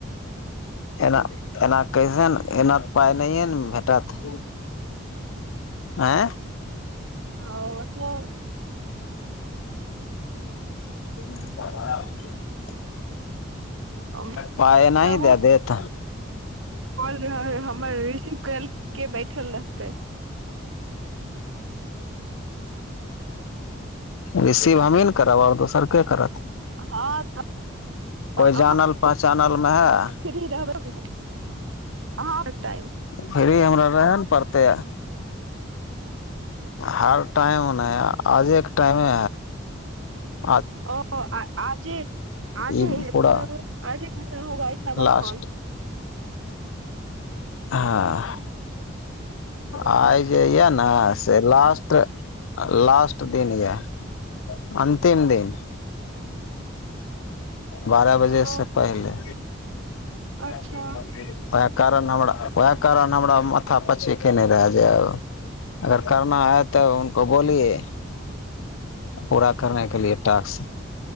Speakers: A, on the left; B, on the right.
A: एना एना कैसन एना पाइ नहिए न भेटत आँय
B: आ <inaudible>
A: ह <inaudible>
B: हम
A: पाइ एनाहि
B: तब
A: देय देत
B: र हह हमर रिसीव करैय ला के बैठल रहतै
A: रिसीव हमही ने करब आओर दोसर के करत
B: हँ तऽ
A: कोइ
B: अहाँ-
A: जानल पहचानल मे है
B: फ्री- रहबै हँ आर टाइप
A: फ्री हमरा रहे ने पड़तैय हार टाइम नहि आज एक टाइमे हा
B: ओ आजे आजे
A: ई पूरा
B: मतलब आजे महिना होगा इतना बाद
A: लास्ट
B: कॉल <inaudible>
A: हँ
B: ओ
A: आइ जे या न से लास्ट लास्ट दिन या अन्तिम दिन बारह बजेसँ
B: ओ
A: पहिले
B: अच्छा
A: <inaudible> कारण हमरा वएह कारण हमरा माथा पची केने रेहा जें अगर करना है तो उनको बोलिय पूरा करनेके लिए टास्क